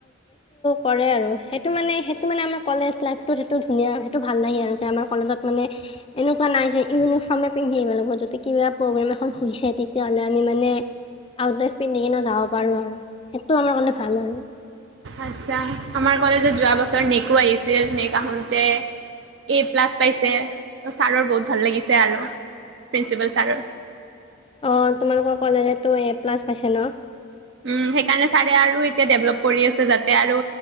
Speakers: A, on the left (about 25°); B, on the right (about 55°).
A: কৰে আৰু সেইটো মানে সেইটো মানে আমাৰ কলেজ লাইফ সেইটো ধুনীয়া সেইটো ভাল নাহে আৰু আমাৰ কলেজত মানে এনেকুৱা নাই যে ইউনিফৰ্মে পিন্ধি আহিব লাগিব যদি কিবা প্ৰগ্ৰেম এখন হৈছে তেতিয়াহ'লে আমি মানে আউট ড্ৰেছ পিন্ধি যাব পাৰো আৰু সেইটো আমাৰ কাৰণে ভাল আৰু
B: আচ্ছা আমাৰ কলেজত যোৱা বছৰ তাৰিছত নেকো আহিছিল। নক আহোতে- এ প্লাছ পাইছে ত ছাৰৰ বহুত ভাল লাগিছে আৰু প্ৰিন্সিপল ছাৰৰ
A: অ তোমালোকৰ কলেজতো এ প্লাছ পাইছে ন
B: উম সেইকাৰণে ছাৰে আৰু এতিয়া ডেভলপ কৰি আছে যাতে আৰু